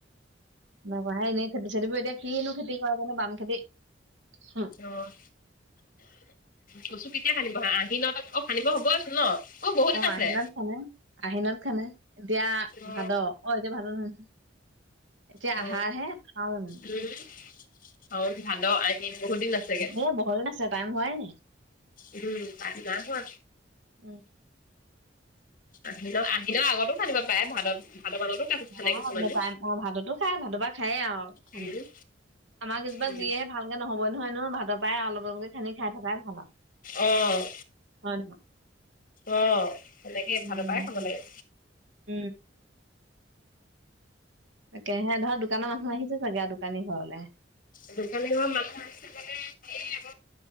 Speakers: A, on the right (about 80°); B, on the left (about 50°).
A: ঢ়াই এনেই খেতি সেতি বোৰ এতিয়া কিনো খেতি কৰে জানো বাম খেতি হ।
B: অ', কচু কেতিয়া খান্দিব আহি ন তাত অ', খান্দিব হ'ব ন অ বহুত দিন আছে
A: আহিনত খানে আহিনত খানে এতিয়া
B: অ
A: ভাদ অ এতিয়া ভাদ নহ নহয় এতিয়া
B: অ
A: আহা হে শাওণ
B: উম শাওন ভাদ আহিন বহুত দিন আছেগে
A: অ বহুত দিন আছে টাইম হোৱাই নাই
B: উম টাইম নাই হোৱা
A: উম
B: আহিনত আহিনৰ আগতো খান্দিব পাৰে ভাদ ভাদ মানতো খান্দে
A: অ
B: কিছুমানে
A: নেপায় ন অ ভাদতো খাই ভাদ পা খায়েই আও খানি
B: উম
A: আমাৰ কেজোপা
B: উম
A: যিহে ভালকে নহবই নহয় নো ভাদৰ পৰাই অলপ অলপকে খানি খাই থকাই ভাল আৰু
B: অঁ
A: হয় নহয়
B: অ এনেকে
A: উম
B: ভাদ পাই খাব লাগে
A: উম তেনে ধৰ দোকানৰ মানুহ আহিছে চাগে দোকানী ঘৰলে
B: দোকানি ঘৰ মানুহ আহিছে মানে হেই আক